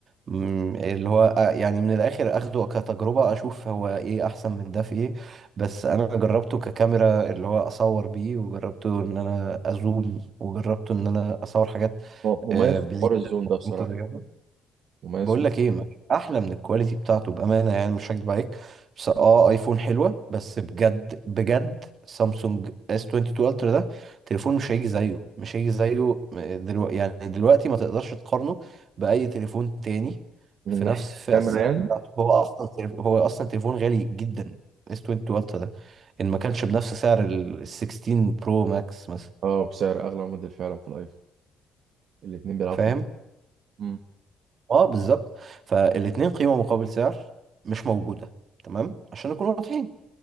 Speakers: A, on the right (about 50°); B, on the right (about 65°).
A: مم، اللي هو آه، يعني من الاخر اخده كتجربة اشوف هو ايه احسن من ده في ايه بس انا جربته ككاميرا اللي هو اصور بيه وجربته ان انا ازوم وجربته ان انا اصور حاجات
B: هو مميز
A: آه،
B: في
A: بعيدة
B: حوار الزوم ده بصراحة
A: ومتغيرة
B: مميز
A: بقول
B: م-
A: لك ايه مفيش احلى من الكواليتي بتاعته بامانه يعني مش هكدب عليك بس اه ايفون حلوه بس بجد بجد سامسونج اس 22 الترا ده تليفون مش هيجي زيه مش هيجي زيه دلوقتي يعني دلوقتي ما تقدرش تقارنه باي تليفون تاني
B: من
A: في
B: ناحية
A: نفس فئه
B: الكاميرا
A: السعر
B: يعني
A: بتاعته هو اصلا تليف- هو اصلا تليفون غالي جدا اس 22 الترا ده ان ما كانش بنفس سعر ال 16 برو ماكس مثلا
B: اه بسعر اغلى موديل فعلا في الايفون الاتنين بيلعبوا
A: فاهم
B: في مم. نفس
A: اه بالظبط فالاتنين قيمة مقابل سعر مش موجودة تمام عشان نكون واضحين